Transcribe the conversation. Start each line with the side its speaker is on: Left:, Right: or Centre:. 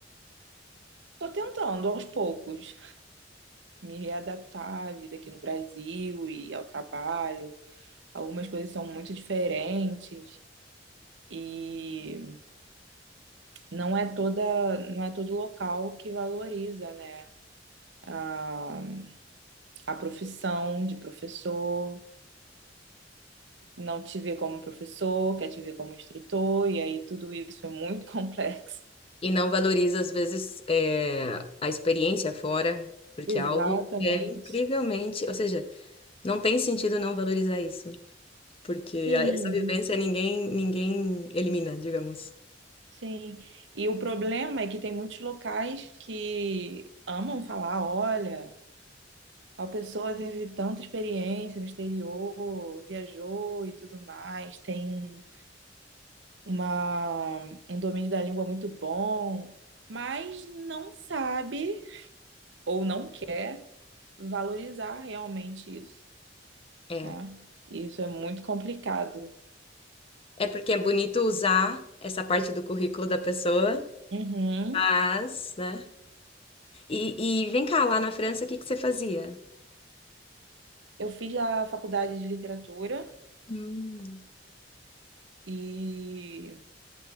Right: Tô tentando aos poucos. me readaptar à vida aqui no Brasil e ao trabalho. Algumas coisas são muito diferentes e não é toda, não é todo local que valoriza, né? A, a profissão de professor, não te vê como professor, quer te ver como instrutor, e aí tudo isso é muito <laughs> complexo.
Left: E não valoriza, às vezes, eh, a experiência fora, porque
Right: Exatamente.
Left: é algo que é incrivelmente. Ou seja, Não tem sentido não valorizar isso, porque
Right: Sim,
Left: a- essa vivência ninguém ninguém elimina, digamos.
Right: sim. E o problema é que tem muitos locais que amam falar, olha, Tal pessoa teve tanta experiência no exterior, viajou e tudo mais, tem um- uma, um domínio da língua muito bom, mas não sabe ou não quer valorizar realmente isso,
Left: É.
Right: né? E Isso é muito complicado.
Left: É porque é bonito usar essa parte do currículo da pessoa,
Right: Uhum.
Left: mas, né? E, e vem cá, lá na França, o que que você fazia?
Right: Eu fiz a faculdade de literatura
Left: Hum.
Right: e